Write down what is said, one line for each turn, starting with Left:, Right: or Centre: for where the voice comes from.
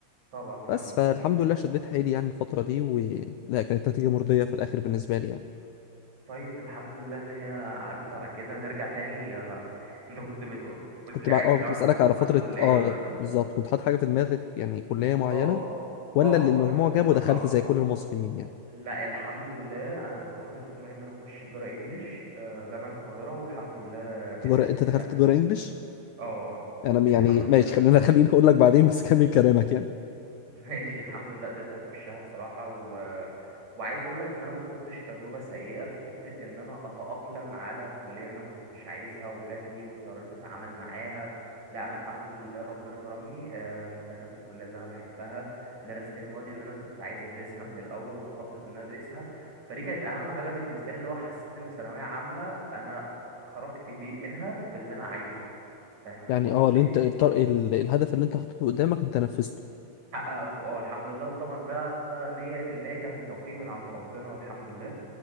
Right: طبعا فاهمك
Left: بس فالحمد
Right: فاهمك
Left: لله شديت حيلي يعني الفتره دي و لا كانت نتيجه مرضيه في الاخر بالنسبه لي يعني
Right: طيب الحمد لله ان هي عدت على كده نرجع تاني آه، انت كنت بتقول
Left: كنت
Right: لي
Left: بقى
Right: عايز
Left: اه
Right: تعرف
Left: كنت بسالك
Right: انا كنت
Left: على
Right: حاطط
Left: فتره
Right: كلية
Left: اه
Right: ولا لا
Left: بالظبط كنت حاطط حاجه في دماغك يعني كليه معينه
Right: اه
Left: ولا
Right: اه كنت
Left: اللي المجموع
Right: حاطط بصراحة
Left: جابه دخلت زي كل المصريين يعني
Right: لا الحمد لله انا كنت حاطط في دماغي ان انا اخش تجارة انجليش آه، جامعة القاهرة والحمد لله
Left: تجارة
Right: قدرت
Left: انت دخلت تجارة انجلش
Right: اه
Left: انا م- يعني
Right: الحمد لله
Left: ماشي خلينا خليني اقول لك بعدين بس كمل كلامك يعني
Right: <laughs> ماشي الحمد لله قدرت اخشها بصراحة و... وعايز اقول لك ان انا ما خدتش تجربة سيئة في حتة ان انا اتأقلم على كلية انا ما كنتش عايزها وجات لي واضطريت اتعامل معاها لا انا الحمد لله ربنا كرمني آم، دخلت الكلية اللي انا بحبها درست المواد اللي انا كنت عايز ادرسها من الاول ومخطط ان انا ادرسها فدي كانت اهم حاجة بالنسبة لي اللي هو حسيت ان ثانوية عامة انا خرجت بي منها باللي انا عايزه فاهم
Left: يعني
Right: قصدي
Left: اه اللي انت الطر... ال... الهدف اللي انت حطيته قدامك انت نفذته
Right: حققته اه الحمد لله وطبعا ده مية في المية كان توفيق من عند ربنا الحمد لله